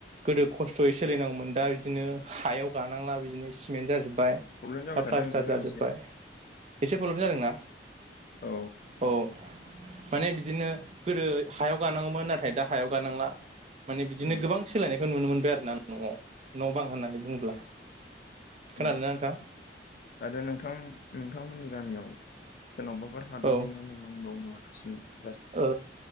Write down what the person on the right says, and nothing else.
गोदो खस्थ'यै सोलिनांगौमोन दा बिदिनो हायाव गानांला बिदिनो सिमेन्ट जाजोबबाय। प्लास्टार
जाजोबबाय
एसे प्रब्लेम जादोंना।
औ माने बिदिनो गोदो हायाव गानांगौमोन नाथाय दा हायाव गानांला। माने बिदिनो
गोबां सोलायनायखौ नुनो मोनबाय आरोना न'आव न' बां होननानै बुङोब्ला। खोनादोंना
नोंथां
औ
ओ